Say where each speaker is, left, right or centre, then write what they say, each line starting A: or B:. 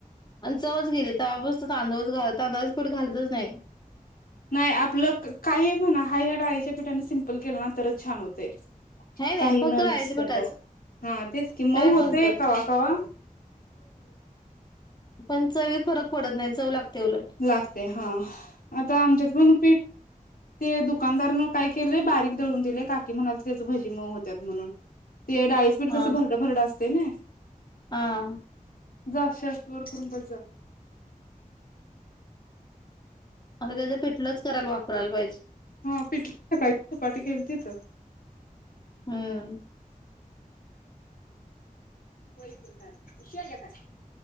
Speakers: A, on the left; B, on the left.
A: आणि चवच गेली ते्हा बसत तांदूळच घाल तांदळच पट घालतच नाही
B: नाही आपलं -काहीही म्हणा हरबभरा डाळीच्या पिठाने सिम्पल केलं ना तरच छान होते
A: हाय नाही
B: काही
A: फक्त
B: न
A: राहायचं
B: मिक्स
A: पिठाचं
B: करता -हा तेच कि मऊ
A: काय
B: होतेय
A: पण कर
B: कवा कवा
A: पण चवीत फरक पडत नाही चव लागते उलट
B: <unintelligible> लागते हा- आता आमच्यात पण पीठ ते दुकानदारनं काय केलंय बारीक दळून दिलेय काकी म्हणाले त्याच भजी मऊ होत्यात म्हणून ते डाळीच पीठ
A: हा
B: कसं भरड भरडं ते ना
A: हा
B: जा शर्त वर कुरुंबस जा
A: आता त्याचं पेटलंच करायला वापरायला पाहिजे
B: हा पिठळ काळीपाट केली तिथ
A: हम्म
B: होय क विश् का